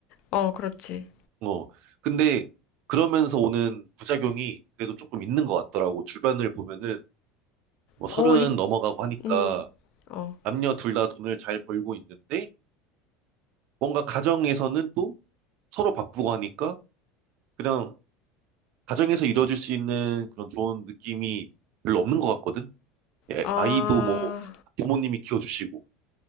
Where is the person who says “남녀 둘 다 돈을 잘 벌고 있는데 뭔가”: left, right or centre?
Right